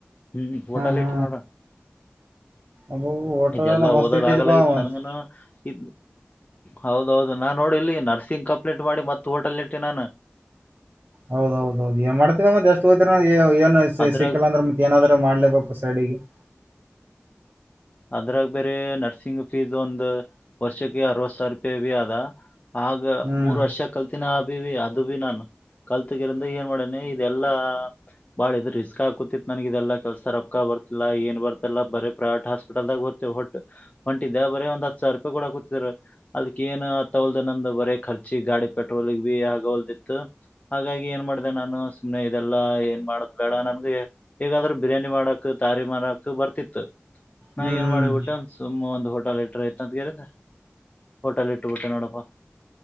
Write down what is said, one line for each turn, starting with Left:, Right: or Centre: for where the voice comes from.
Left: ಹ್ಮ ಹೋಟಲ್
Right: ಹಾ
Left: ಇಟ್ಟು ನೋಡ
Right: ಅಬ ಹೋಟೆಲ್
Left: ಇದೆಲ್ಲಾ
Right: ಎಲ್ಲ ಮಸ್ತ್
Left: ಓದೋದ್
Right: ಇಟ್ಟಿದಪಾ
Left: ಆಗಲಾಗಿತ್
Right: ಮತ್.
Left: ನನ್ಗನು ಇ ಹೌದೌದು ನಾನ್ ನೋಡಿ ಇಲ್ಲಿ ನರ್ಸಿಂಗ್ ಕಂಪ್ಲೀಟ್ ಮಾಡಿ ಮತ್ತ ಹೋಟೆಲ್ ಇಟ್ಟ ನಾನು
Right: ಹೌದೌದೌದು ಏನ್ ಮಾಡ್ತಿದ ಮತ್ತತ್ ಎಷ್ಟು ಹೋ್ತರ ಏನ್
Left: ಅದ್ರಾಗ
Right: ಸಿಕ್ಕಿಲ್ಲ ಅಂದ್ರೆ ಮತ್ತತ್ ಏನಾದ್ರರು ಮಾಡ್ಲೇಬೇಕು ಸೈಡಿಗೆ <inaudible>
Left: ಅದ್ರಾಗ ಬೇರೆ ನರ್ಸಿಂಗ್ ಫೀಸ್ ಒಂದ್ ವರ್ಷಕ್ಕೆ ಅರವತ್ ಸಾವಿರ ರೂಪಾಯಿ ಭ ಆದದ ಆಗ
Right: ಹ್ಮ್
Left: ಮೂರ್ ವರ್ಷ ಕಲ್ತೀಿನ ಬಿೀ ಅದು ಬಿೀ ನಾನು ಕಲ್ತಗಿರಂದ ಏನ್ ಮಾಡನನೆ ಇದೆಲ್ಲಾ ಬಾಳ ಇದ ರಿಸ್ಕ್ ಆಾಕುತಿತ್ ನನ್ಗ ಇದೆಲ್ಲಾ ಕೆಲ್ಸ ರಕ್ಕ ಬಾಳ ಬರ್ಲ್ಲ ಏನ್ ಬರ್ತಲ್ಲ ಬೇ ಪ್ರೈವೇಟ್ ಹಾಸ್ಪ ಟಲ್ದಾಗ ಹತ್ತೇವೆ ಹೊಟ್ಟು ಹೊಂಟ ದ ಬರ ಒ್ ಹತ್ ಸಾವಿರ ರೂಪಾಯಿ ಕೂಡ ಕೂತರ ಅದಕ್ಕ ಏನ್ ತಗದ ನ ಬರ ಖರ್ಚಿ ಗಾಡಿ ಪೆಟ್ರೋಲಿ ಬಿ ಆಗ ಹೊಲ್ದಿತ್ತು ಹಾಗಾಗಿ ಏನ್ ಮಾಡಿದೆ ನಾನು ಸುಮ್ನೆ ಇದೆಲ್ಲಾ ಏನ್ ಮಾಡಕ್ ಬೇಡ ನನ್ಗೆ ಹೇಗಾದ್ರೂ ಬಿರಿಯಾನಿ ಮಾಡಕ್ ತಾರಿ ಮಾಡಕ್ ಬರ್ತಿತ್ತು ನಾ
Right: ಹ್ಮ್
Left: ಏನ್ ಮಾಡಿ್ಬಿಟ್ಟೆ ಒಂದ ಸುಮ್ಮ್ ಒಂದ ಹೋಟಾಲ್ ಇಟ್ರ ಐತ ಅಂತ ಗರದ ಹೋಟೆಲ್ ಇಟ್ಟುಬಿಟ್ಟೆ ನೋಡಪ್ಪ